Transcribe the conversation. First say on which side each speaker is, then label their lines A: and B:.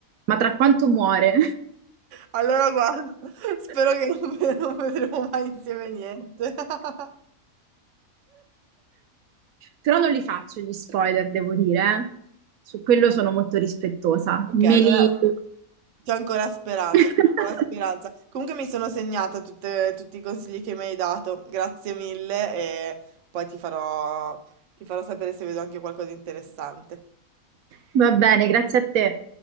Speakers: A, on the right; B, on the right.
A: Ma tra quanto muore?
B: Allora guarda, <laughs> spero
A: <laughs>
B: che non, ve- non vedremo mai insieme niente. <laughs>
A: Però non li faccio gli spoiler, devo dire. eh. Su quello sono molto rispettosa.
B: Ok,
A: Me
B: allora
A: li...
B: c'è ancora speranza,
A: <laughs>
B: c'è ancora speranza. Comunque mi sono segnata tutte- tutti i consigli che mi hai dato, grazie mille e poi ti farò, ti farò sapere se vedo anche qualcosa di interessante.
A: Va bene, grazie a te.